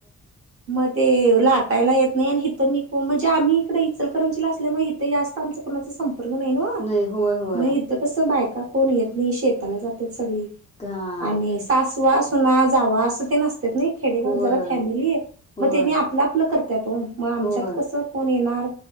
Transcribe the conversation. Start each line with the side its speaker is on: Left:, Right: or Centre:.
Right: मग ते लाटायला येत नाही आणि इथं मी को म्हणजे आम्ही इकडे इचलकरंचीला असल्यामुळे इथे जास्त आमचं कोणाचं संप संपर्क नई न्हव
Left: नाही होय होय
Right: मग इथ कस बायका का कोण येत नाही शेताला जात्यात सगळी.
Left: हा
Right: आणि सासवा ना जावा असं तेन असत. तर नई खेडेगावात
Left: होय
Right: जरा फॅमिली
Left: होय
Right: मग तेनी आपलं आपलं करत्यात ओ. आमच्यात
Left: होय
Right: कस कोन मीणार.